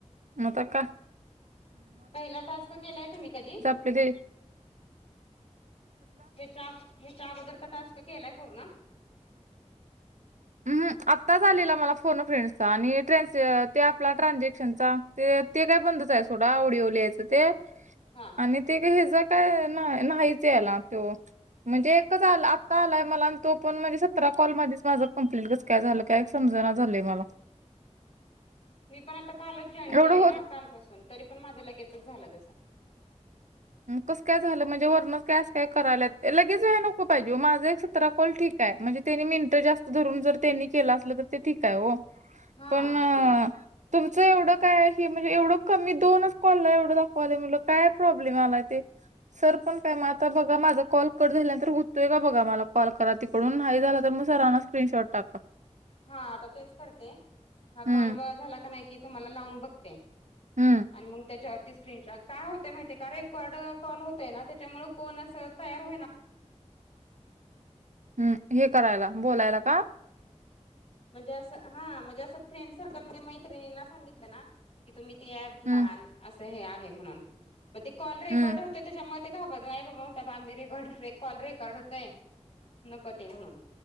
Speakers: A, on the right; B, on the left.
A: मग आता का
B: पहिला टास्क केलाय तुमी कधी?
A: कदी.
B: हे चाग हेच्या अगोदरचा टास्क केलाय पूर्ण?
A: उम हम आत्ताच आलेला मला फोन फ्रेंडसचा आणि ट्र ते आपला ट्रानझॅक्शनचा. ते ते काय बंदच आहे सोडा ओडिओ लिहायचं ते.
B: हा.
A: आणि ते ग हेजा काय नाही नाहीच यायला तो. म्हणजे एकच आलं आत्ता आलाय मला आणि तो पण म्हणजे सतरा कॉलमध्ये माझं कंप्लीट कस काय झालं काय समजना झालंय मला.
B: मी पण आता कालच जॉईन
A: एवढं
B: केलेय
A: होत
B: ना कालपसून तरी पण माझं लगेचच झालं तसं.
A: कसं काय झालं म्हणजे वर्ण कायस काय करायल्यात लगेच व्हाय नको पाहिजे ओ माझं एक तरा कॉल ठीक आहे म्हणजे त्यांनी मिनिट जास्त धरून जर त्यांनी केलं असलं तर ते ठीक आहे ओ.
B: हा
A: पण.
B: ठीक आहे
A: तुमचं एवढं काय हे म्हणजे एवढं कमी दोनच कॉलला एवढं दाखवाले मुलं काय प्रॉब्ले लेम आलाय ते. सर पण काय म आता बघा माझा कॉल कट झाल्यानंतर हुतोय का बघा मला कॉल करा ती पणून नाही झाला तर म सरांना स्क्रीनशॉट टाका.
B: हा आता तेच करते हा
A: हम्म
B: कॉल झाला कणी कि तुम्हाला लावून बघते.
A: हम्म
B: आणि मग त्याच्या वरतीच. स्क्रीन काय होत माहितीय का रेकॉर्ड कॉल होतय ना त्याच्यामुळे कोण अस तयार होईना.
A: हम्म हे करायला बोलायला का.
B: म्हणजे असं हा म्हणजे असं फ्रेंड सर्कलमध्ये मैत्रिणींना सांगितलं ना. की तुम्ही ती अँप घ्या
A: हम्म
B: अस हे आहे म्हणून मग ते कॉल रेकॉर्ड
A: हम्म
B: होत्यात. त्याच्यामुळे ते घाबरतात नाही बाबा म्हणत्यात आम्ही रेकॉर्ड कॉल रेकॉर्ड होतय. नको ते म्हणून.